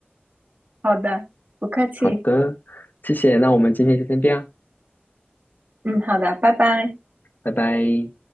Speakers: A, on the right; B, on the left.
A: 好的，不客气，
B: 好的，谢谢，那我们今天就先这样，
A: 嗯，好的，拜拜。
B: 拜拜。